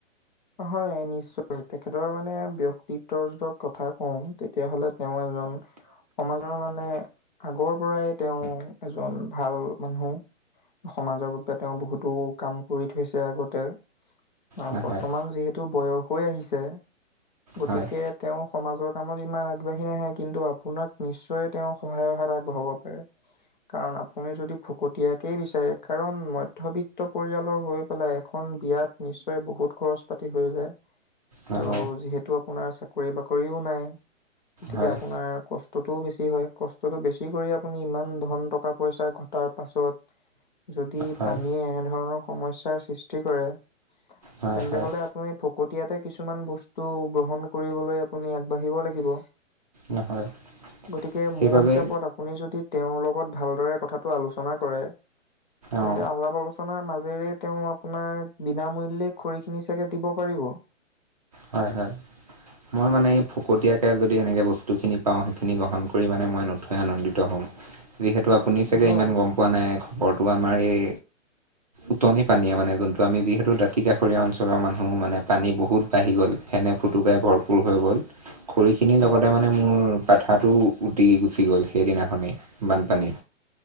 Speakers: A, on the left; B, on the right.
A: হয় নিশ্চয় তেখেতৰ মানে ব্যক্তিত্বৰ যক কথা কওঁ তেতিয়া হ'লে তেওঁ- <unintelligible> সমাজৰ মানে আগৰ পৰাই তেওঁ এজন ভাল মানুহ। সমাজৰ বাবে তেওঁ বহুতো কাম কৰি থৈছে আগতে <unintelligible>
B: হয়
A: বৰ্তমান যিহেতু বয়স হৈ আহিছে। গতিকে
B: হয়
A: তেওঁ সমাজৰ কামত ইমান আগবাঢ়ি নাহে কিন্তু আপোনাক নিশ্চয় তেওঁ সহায়হ ইয়াত আগবঢ়াব পাৰে। কাৰণ আপুনি যদি ফকতীয়াকেই বিচাৰে কাৰণ মধ্যবিত্ত পৰিয়ালৰ হৈ পেলাই এখন। বিয়াত নিশ্চয় বহুত খৰচ পাতি হৈ যায়
B: হয়
A: আৰু যিহেতু আপোনাৰ চাকৰি বাকৰিও নাই। গতিকে
B: হয়
A: আপোনাৰ কষ্টটোও বেছি। কষ্টটো বেছি কৰি আপুনি ইমান ধন টকা পইচা ঘটাৰ পাছত। যদি
B: হয়
A: পানীয়ে এনেধৰণৰ সমস্যাৰ সৃষ্টি কৰে।
B: হয়
A: তেন্তে
B: হয়
A: হ'লে আপুনি ফকতিয়াতে কিছুমান বস্তু গ্ৰহণ কৰিবলৈ আগবাঢ়িব লাগিব।
B: নহয়
A: গতিকে
B: সেইবাবে
A: মোৰ হিচাপত আপুনি যদি তেওঁৰ লগত। ভালদৰে কথাটো আলোচনা কৰে। তেন্তে
B: অঁ
A: আলাপ আলোচনাৰ মাজেৰে তেওঁ আপোনাৰ বিনামূল্য। খৰিখিনি চাগে দিব পাৰিব।
B: হয় হয় মই মানে এই ফকতীয়াকে যদি এনেকে বস্তু খিনি পাওঁ, সেইখিনি গ্ৰহণ কৰি মানে মই নথৈ আনন্দিত হ'ম। যিহেতু আপুনি চাগে
A: হয়,
B: ইমান গম পোৱা নাই খবৰটো আমাৰ এই উতনি পানীয়ে মানে যোনটো আমি যিহেতু দাঁতিকাষৰীয়া অঞ্চলৰ মানুহ মানে পানী বহুত বাঢ়ি গ'ল ফেনে ফুটুকাই ভৰপৰ হৈ গ'ল খৰি খিনিৰ লগতে
A: হয়।
B: মানে মোৰ পাঠাটো উটি গুচি গ'ল সেইদিনাখনেই বানপানী